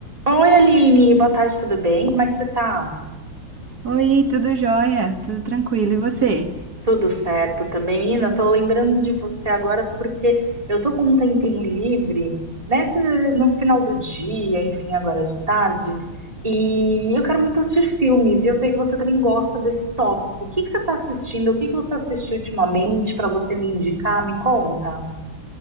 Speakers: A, on the right; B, on the right.
A: Oi, Aline, boa tarde, tudo bem? Como é que você tá?
B: Oi, tudo jóia? Tudo tranquilo, e você?
A: Tudo certo também, Nina? Tô lembrando de você agora porque eu tô com um tempinho livre, nesse, no final do dia, enfim, agora de tarde, e eu quero muito assistir filmes, e eu sei que você também gosta desse tópico. O que que você tá assistindo? O que que você assistiu ultimamente para você me indicar? Me conta.